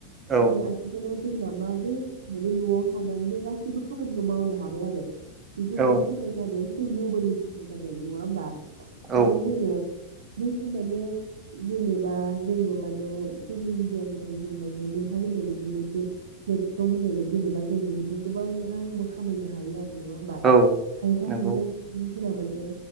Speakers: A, on the right; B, on the right.
A: औ
B: नाथाय आथिखालाव जों नामा जे माने न'आव थानानैनो गासैबो खामानिखौ मावनो हाबाय आरो। बेफोर
A: औ
B: मानि थाखाय जादों जों मब मोननि थाखाय जादों नङा होमबा? खुब
A: औ
B: आनि जोङो बैफोर माने जेनेबा जोङो माने ससियेल मिडियानिफ्राय जों माने नोंथां होननाय बादि मोनसे प्लेटफर्म होननाय बायदि जेनेबा जों बेनिफ्राय गोबां रांबो खामायनो हायो आरो। नङा होमबा
A: औ
B: खायफा
A: नंगौ
B: खायफा बिदि फोरा माने